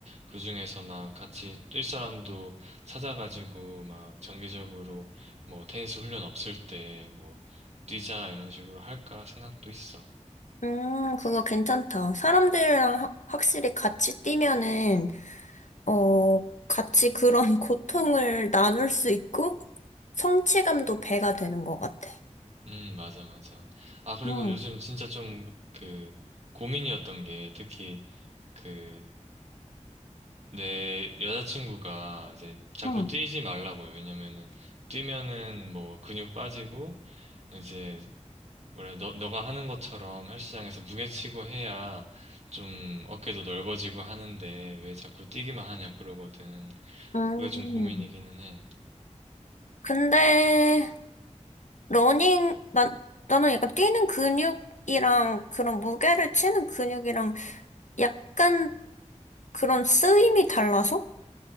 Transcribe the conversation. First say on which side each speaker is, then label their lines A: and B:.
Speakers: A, on the right; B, on the left.
A: 그 중에서 막 같이 뛸 사람도 찾아가지고 막 정기적으로 뭐 테니스 훈련 없을 때 뭐 뛰자 이런 식으로 할까 생각도 있어.
B: 음, 그거 괜찮다. 사람들이랑 하- 확실히 같이 뛰면은, 어, 같이 그런 <laughs> 고통을 나눌 수 있고, 성취감도 배가 되는 것 같아.
A: 음, 맞아, 맞아. 아, 그리고
B: 응,
A: 요즘 진짜 좀 그 고민이었던 게 특히 그 내 여자친구가 이제 자꾸
B: 응.
A: 뛰지 말라고요. 왜냐면은 뛰면은 뭐 근육 빠지고 이제 뭐래 너 너가 하는 것처럼 헬스장에서 무게치고 해야 좀 어깨도 넓어지고 하는데 왜 자꾸 뛰기만 하냐 그러거든.
B: 음,
A: 그게 좀 고민이기는 해.
B: 근데, 러닝, 나, 나는 약간 뛰는 근육이랑 그런 무게를 치는 근육이랑 약간 그런 쓰임이 달라서?